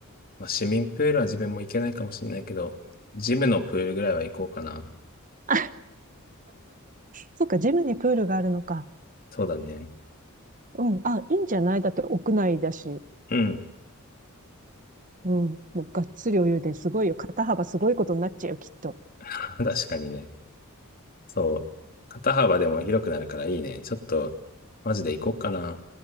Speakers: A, on the left; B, on the right.
A: まあ、市民プールは自分も行けないかもしれないけど、ジムのプールぐらいは行こうかな。
B: <laughs> そっか、ジムにプールがあるのか。
A: そうだね。
B: うん。あ、いいんじゃないだって屋内だし。
A: うん。
B: うん。もうがっつりお湯ですごいよ。肩幅すごいことになっちゃうよ、きっと。
A: <laughs> 確かにね。そう。肩幅でも広くなるからいいね。ちょっと、マジで行こうかな。